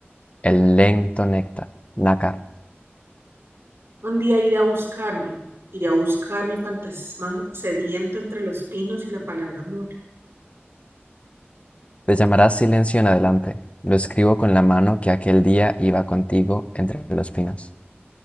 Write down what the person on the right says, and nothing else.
Un día iré a buscarme, iré a buscar mi fantasma sediento entre los pinos y la palabra amor.